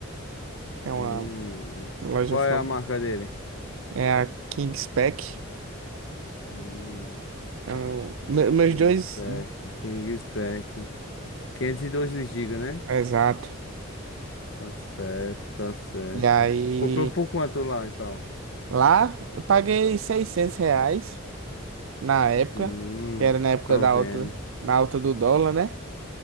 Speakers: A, on the right; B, on the left.
A: que é uma
B: Hum.
A: loja
B: Qual
A: famosa,
B: é a marca dele?
A: é a Kingspec.
B: Hum.
A: É um- me- meus
B: Kingspack,
A: dois,
B: Kingspack. quinhentos e doze gigas né?
A: exato.
B: Tá certo, tá certo.
A: E aí,
B: Comprou por quanto lá e tal?
A: lá eu paguei seiscentos reais. na época,
B: Hum,
A: que era na época
B: tô
A: da
B: vendo.
A: alta, na alta do dólar, né?